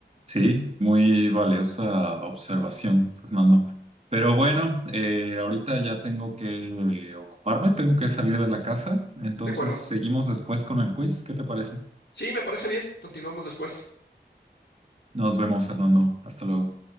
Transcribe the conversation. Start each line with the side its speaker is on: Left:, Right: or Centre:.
Right: Sí, muy valiosa observación, Fernando. Pero bueno, eh, ahorita ya tengo que ocuparme, tengo que salir de la casa. Entonces
Left: De acuerdo.
Right: seguimos después con el quiz. ¿Qué te parece?
Left: Sí, me parece bien. Continuamos después.
Right: Nos vemos, Fernando. Hasta luego.